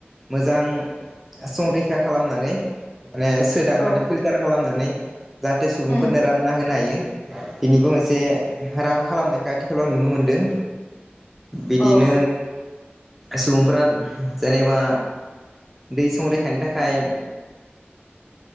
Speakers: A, in the centre; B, on the left.
A: मोजां संरैखा खालामनानै ओ सोदांनानै
B: औ
A: फिल्टार खालामनानै जाहाथे सुबुंफोरनो
B: होम
A: रानना होनो हायो। बेनिबो मोनसे राह खालामनायखौ आथिखालाव नुनो मोनदों। बिदिनो
B: औ
A: सुबुंफोरा जेनेबा दै संरैखानि थाखाय